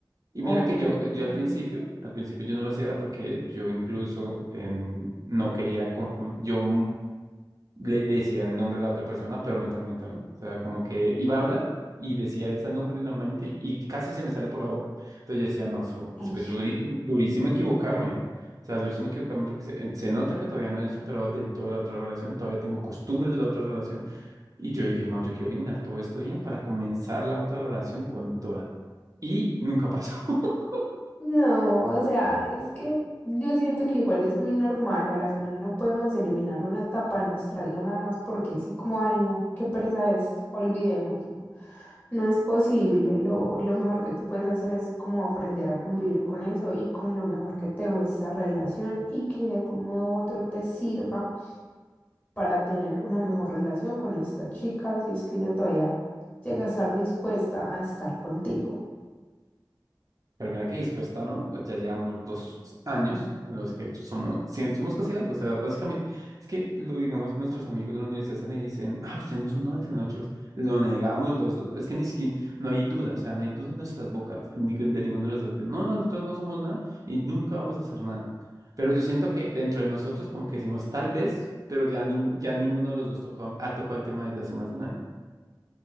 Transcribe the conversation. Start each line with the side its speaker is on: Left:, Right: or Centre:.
Right: Y mira
Left: Ok,
Right: que yo,
Left: ok.
Right: yo al principio, al principio yo no lo hacía era porque yo incluso em, no quería confundir, yo le decía el nombre de la otra persona, pero mentalmente, ¿no? O sea, como que iba a hablar y decía ese nombre en la mente y casi se me sale por la boca. Entonces yo decía, no, eso, eso
Left: Ey.
Right: es pues, durísimo, durísimo equivocarme. O sea, durísimo equivocarme porque se, se nota que todavía no he superado del todo la otra relación, todavía tengo costumbres de la otra relación. Y yo dije, no, yo quiero eliminar todo esto bien para comenzar la otra relación con toda. Y nunca pasó. <laughs>
Left: No, o sea, es que yo siento que igual es muy normal, a la final no podemos eliminar una etapa de nuestra vida nada más porque sí, como, ay, no, qué pereza esto, olvidémoslo. No es posible, lo, lo mejor que tú puedes hacer es como aprender a convivir con eso y con lo mejor que te dejó esta relación y que de algún modo u otro te sirva para tener una mejor relación con esta chica si es que ella todavía llega a estar dispuesta a estar contigo.
Right: Pero mira qué dispuesta, ¿no? Pues ya llevamos dos años en los que somos, sí, somos casi algo. O sea, básicamente, es que lo digamos, nuestros amigos de la universidad salen y dicen, ah, ustedes no son nada, y nosotros, lo negamos los dos. Es que ni siquiera, no hay duda, o sea, no hay duda en nuestras bocas, en ningún- de ninguno de los dos. de, no, nosotros no somos nada y nunca vamos a hacer nada. Pero yo siento que dentro de nosotros como que decimos, tal vez, pero ya, ningú- ya ninguno de los dos tocó, ha tocado el tema desde hace más de un año.